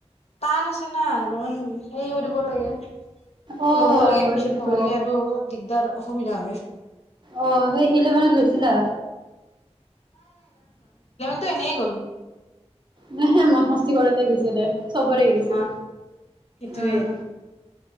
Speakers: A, on the left; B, on the right.
A: টান আছে না অলপমান হেৰি কৰিব লাগে
B: অ',
A: ল'ব লাগে
B: হয়
A: পিছত
B: কিন্তু
A: নহ'লে আৰু দিগদাৰ হব অ সুবিধা হয়
B: অ', সেই ইলেভেনত লৈছিলা
A: টোৰ এনেই গল
B: নাই হে ম মস্তি কৰোতে গৈছে দে। চবৰে গৈছে
A: অ সেইটোয়ে
B: উম